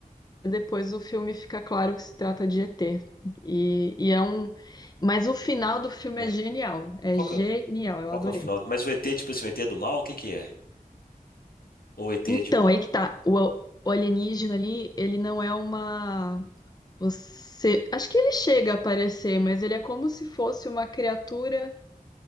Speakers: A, on the left (about 25°); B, on the left (about 75°).
A: Depois o filme fica claro que se trata de ET. E, e é um. Mas o final do filme
B: Ah.
A: é genial. É
B: Qual
A: genial,
B: que é, o-
A: eu
B: qual
A: adorei.
B: que é o final? Mas o ET, tipo assim, o ET é do mal, o que que é? Ou o ET
A: Então,
B: é de boa?
A: aí que tá. O, o alienígena ali, ele não é uma. Você. Acho que ele chega a aparecer, mas ele é como se fosse uma criatura